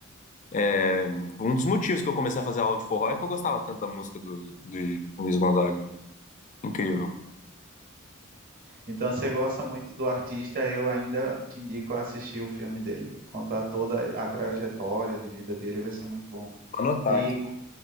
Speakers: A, on the left; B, on the right.
A: É, um dos motivos que eu comecei a fazer aula de forró é que eu gostava tanto da música do, do Luiz Gonzaga. Incrível. Vou
B: Então, se você gosta muito do artista, eu ainda te indico a assistir o filme dele. Contar toda a trajetória de vida dele, vai ser muito bom.
A: Anotar
B: E